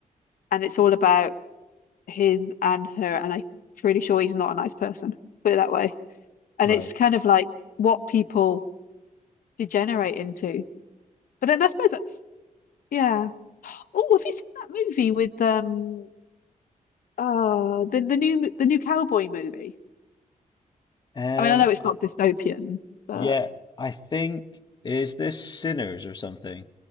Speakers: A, on the left; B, on the left.
A: and it's all about him and her and I'm pretty sure he's not a nice person, put it that way. And
B: Right.
A: it's kind of like what people degenerate into. But then I suppose that's yeah. Oh, have you seen that movie with um uh the the new the new cowboy movie?
B: Um,
A: I mean, I know it's
B: I,
A: not dystopian, but
B: yeah, I think is this Sinners or something?